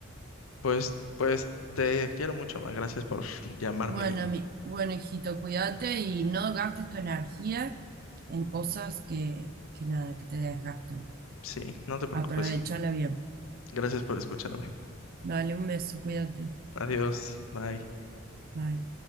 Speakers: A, on the left (about 85°); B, on the right (about 45°).
A: pues, pues te quiero mucho más. Gracias por llamarme
B: Bueno,
A: y
B: mi, bueno, hijito, cuídate y no gastes tu energía en cosas que, que nada, que te desgastan.
A: sí, no te preocupes.
B: Aprovechala bien.
A: Gracias por escucharme.
B: Dale un beso, cuídate.
A: Adiós. Bye.
B: Bye.